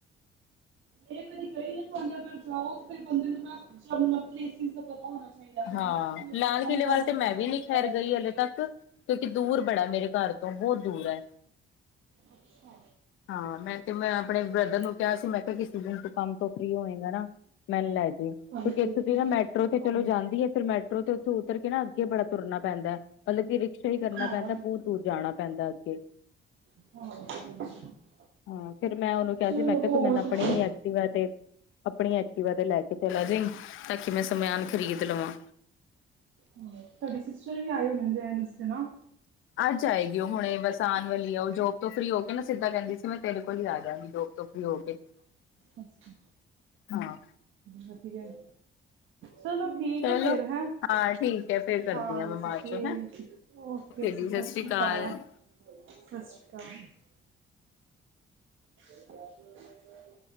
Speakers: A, on the right; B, on the left.
A: ਮ ਕਦੀ ਗਈ ਨਾ ਤੁਾਨੇ ਅਗਰ ਜਾਓ ਤੇ ਫਿਰ ਬੰਦੇ ਨੂੰ ਥੋੜਾ ਮਤਲਬ ਪਲੇਸ ਦਾ ਪਤਾ ਹੋਣਾ ਚਾਹੀਦਾ। ਹੁਣ
B: ਹਾਂ
A: ਮੇਰਾ ਕੋਈ ਉੱਥੇ
B: ਲਾਲ
A: ਰਹਿੰਦਾ
B: ਕਿਲ੍ਹੇ ਵੱਲ
A: ਨਹੀਂ
B: ਤੇ
A: ਜਿਹਦੇ
B: ਮੈਂ
A: ਕੋਲ
B: ਵੀ
A: ਅਸੀਂ
B: ਨੀ
A: ਜਾ
B: ਖੈਰ ਗਈ
A: ਕੇ ਰਹੀਏ
B: ਹਲੇ ਤੱਕ ਕਿਉਂਕਿ ਦੂਰ ਬੜਾ ਮੇਰੇ ਘਰ ਤੋਂ ਬਹੁਤ ਦੂਰ ਹੈ।
A: ਅੱਛਾ
B: ਹਾਂ ਮੈਂ ਤੇ ਮੈਂ ਸੀਆਪਣੇ ਬ੍ਰਦਰ ਨੂੰ ਕਿਹਾ ਸੀ ਮੈਂ ਕਿਹਾ ਕਿਸੀ ਦਿਨ ਤੋਂ ਕੰਮ ਤੂ ਫਰੀ ਹੋਏਗਾ ਨਾ ਮੈਨ ਲੈ ਜ ਕਿਉਂਕਿ
A: ਹਾਂਜੀ
B: ਇੱਥੇ ਦੀ ਨਾ ਮੈਟਰੋ
A: ਹਾਂ
B: ਤੇ ਚਲੋ ਜਾਂ ਫਿਰ ਮੈਟਰੋ ਤੇ ਉੱਥੋਂ ਉਤਰ ਕੇ ਨਾ ਅੱਗੇ ਬੜਾ ਤੁਰਨਾ ਪੈਂਦਾ ਹੈ। ਮਤਲਬ ਕਿ ਰਿਕਸ਼ਾ ਹੀ ਕਰਨਾ
A: ਹਾਂ
B: ਪੈਂਦਾ ਬਹੁਤ ਦੂਰ ਜਾਣਾ ਪੈਂਦਾ ਅੱਗੇ।
A: ਹਾਂ
B: ਹਾਂ ਫਿਰ ਮੈਂ ਉਹਨੂੰ ਕਿਹਾ
A: ਚਲੋ
B: ਸੀ ਮੈਂ ਕਿਹਾ
A: ਹੋਰ
B: ਤੂੰ ਮੈਨ
A: ਦੱਸੋ?
B: ਆਪਣੇ ਹੀ ਐਕਟਿਵਾ ਤੇ ਆਪਣੀ ਐਕਟੀਵਾ ਤੇ ਲੈ ਕੇ ਚਲਾ ਜਾਈ ਤਾਂ ਕਿ ਮੈਂ ਸਮਾਨ ਖਰੀਦ ਲਵਾਂ
A: ਤੁਹਾਡੇ ਸਿਸਟਰ ਵੀ ਆਏ ਹੋਣੇ ਨ ਰੈਨ ਵਾਸਤੇ ਹਨਾ।
B: ਅੱਜ ਆਏਗੀ ਉਹ ਹੁਣੇ ਬਸ ਆਉਣ ਵਾਲੀ ਆ ਉਹ ਜੋਬ ਤੋਂ ਫ੍ਰਰੀ ਹੋ ਕੇ ਨਾ ਸਿੱਧਾ ਕਹਿੰਦੀ ਸੀ ਮੈਂ ਤੇਰੇ ਕੋਲ ਹੀ ਆ ਜਾਵਗੀ ਜੋਬ ਤੋਂ ਓਕੇ।
A: ਅੱਛਾ।
B: ਹਾਂ।
A: ਵਧੀਆ ਐ, ਚਲੋ ਠੀਕ ਠੀਕ
B: ਚਲੋ
A: ਐ ਫੇਰ ਹੈ
B: ਹਾਂ ਠੀਕ ਹੈ ਫੇਰ ਕਰਦੀ
A: ਹਾਂਜੀ,
B: ਹਾਂ ਮੈਂ ਬਾਅਦ ਚੋਂ ਹੈਂ
A: ਠੀਕ ਏ, ਓਕੇ।
B: ਜੀ
A: ਸਸ਼
B: ਸਤਿ ਸ੍ਰੀ
A: ਰੀ
B: ਅਕਾਲ
A: ਕਾਲ, ਸਸ਼ ਰੀ ਕਾਲ। <unintelligible>